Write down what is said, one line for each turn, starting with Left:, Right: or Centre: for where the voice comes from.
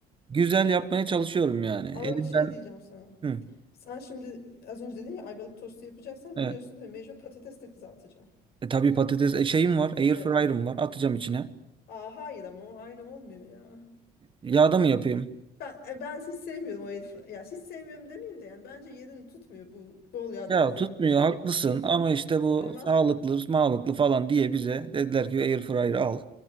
Right: güzel yapmaya çalışıyorum yani. Elimden
Left: Ama bir şey diyeceğim sana.
Right: hı.
Left: Sen şimdi az önce dedin ya ayvalık tostu yapacaksan
Right: Evet.
Left: biliyorsun değil mi? Mecbur patates de kızartacaksın.
Right: E, tabii patates e, şeyim var. Air
Left: Evet.
Right: fryer'ım var. Atacağım içine.
Left: Aa, hayır ama o aynı olmuyor ya.
Right: Yağda mı yapayım?
Left: Ben, e, ben hiç sevmiyorum o herif. Ya hiç sevmiyorum demeyeyim de yani bence yerini tutmuyor bu bol yağda
Right: Ya
Left: kızarmış
Right: tutmuyor
Left: şey.
Right: haklısın
Left: Patat.
Right: ama işte bu
Left: Ama
Right: sağlıklı, sağlıklı falan diye bize dediler ki airfryer al.